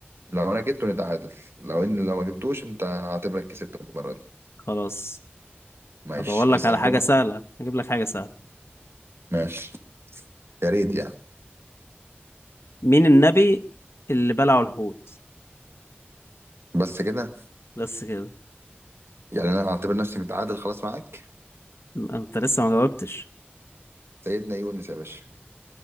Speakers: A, on the right; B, on the left.
A: لو انا جبته نتعادل لو ان لو ما جبتوش انت هعتبرك كسبت المرة دي
B: خلاص
A: ماشي
B: هدور لك
A: اسأل
B: على حاجة
A: كده
B: سهلة هجيب لك حاجة سهلة
A: ماشي يا ريت يعني
B: مين النبي اللي بلعه الحوت
A: بس كده
B: بس كده
A: يعني انا هعتبر نفسي متعادل خلاص معاك
B: انت لسه ما جاوبتش
A: سيدنا يونس يا باشا